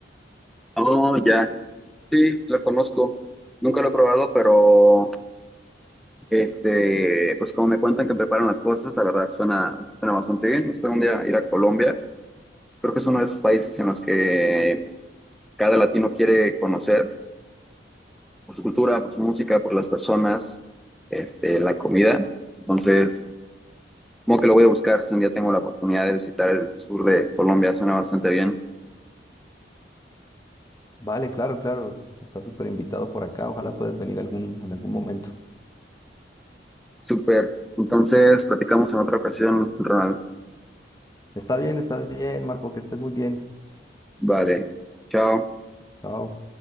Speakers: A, in the centre; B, on the left.
A: Oh, ya, sí, lo conozco. Nunca lo he probado, pero este, pues como me cuentan que preparan las cosas, la verdad suena, suena bastante bien. Espero un día ir a Colombia. Creo que es uno de esos países en los que cada latino quiere conocer. por su cultura, por su música, por las personas, este, la comida. Entonces, como que lo voy a buscar si un día tengo la oportunidad de visitar el sur de Colombia, suena bastante bien.
B: Vale, claro, claro. Estás súper invitado por acá. Ojalá puedas venir algún, en algún momento.
A: Súper. Entonces, platicamos en otra ocasión, Ronald.
B: Está bien, está bien, Marco, que estés muy bien.
A: Vale. Chao.
B: Chao.